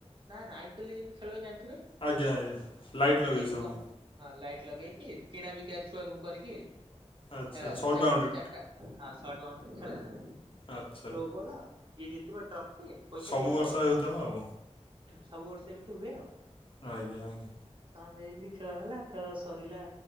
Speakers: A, on the right (about 45°); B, on the left (about 50°).
A: ନା ନା ଆଇ ପି ଏଲ୍ ଯେମତି ଖେଳହୁଏ ଜାଣିଥିବେ?
B: ଆଜ୍ଞା ଆଜ୍ଞା। ଲାଇଟ୍
A: ହଁ-
B: ଲଗେଇ
A: ସେମତି
B: ସବୁ
A: ଆମର ହଁ ଲାଇଟ୍ ଲଗେଇକି କିଣା ବିକା ଛୁଆକୁ କରିକି
B: ଆଛା
A: ଖେଳ
B: ଶର୍ଟ ବାଉଣ୍ଡ୍ରି
A: ଚାରିଟା ହଁ ସର୍ଟ ବାଉଣ୍ଡରୀ ରେ ଖେଳ ହେଲା
B: ଆଚ୍ଛା।
A: ସ୍ଲୋ ବଲ ଯିଏ ଜିତିବ ଟ୍ରଫି ପଇସା
B: ସବୁ
A: ଦିଆହବ
B: ବର୍ଷ
A: ଆଉ
B: ହେଉଥିବ ଆଉ
A: ହୁଁ- ସବୁ ବର୍ଷ ଏମିତି ହୁଏ ଆଉ।
B: ଆଜ୍ଞା ଆଜ୍ଞା।
A: ତମେ ଏମିତି ଖେଳ ହେଲା ଖେଳ ସରିଲା